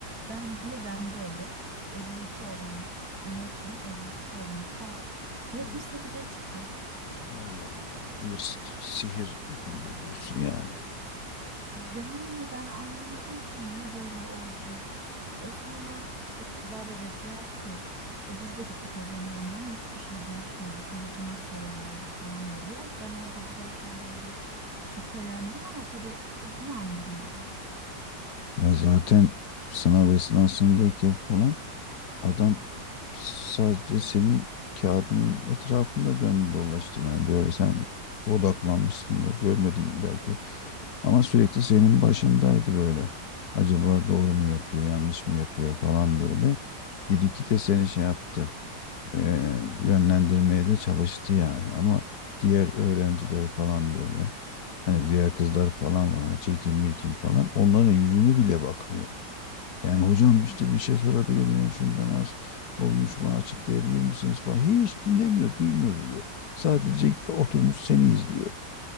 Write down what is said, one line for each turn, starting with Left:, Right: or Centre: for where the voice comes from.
Right: ben birden böyle 52 olan ki- notum 52 olan kağıt 78'e
Left: Evet.
Right: çıktı.
Left: Allah Allah. Bir s- sihir dokundu diyorsun yani.
Right: Yani ben anlamadım ki niye böyle oldu. E sonra işte kızlar da dediler ki "E biz de gittik hocanın yanına ama hiçbir şey değişmedi. Seninki nasıl böyle oldu falan dediler. Ben orada bir zaten böyle şüphelendim ama tabii e, yine anlamıyorum.
Left: Ya zaten sınav esnasındayken falan Adam sadece senin kağıdının etrafında döndü dolaştı yani böyle sen odaklanmışsındır görmedin belki ama sürekli senin başındaydı böyle acaba doğru mu yapıyor yanlış mı yapıyor falan böyle bir iki de seni şey yaptı eee, yönlendirmeye de çalıştı yani ama diğer öğrenciler falan böyle hani diğer kızlar falan var hani çirkin mirkin falan onların yüzüne bile bakmıyor. Yani hocam işte bir şey sorabilir miyim? Şundan az olmuş bana açıklayabilir misiniz? Falan. Hiç dinlemiyor, duymuyor bile. Sadece oturmuş seni izliyor.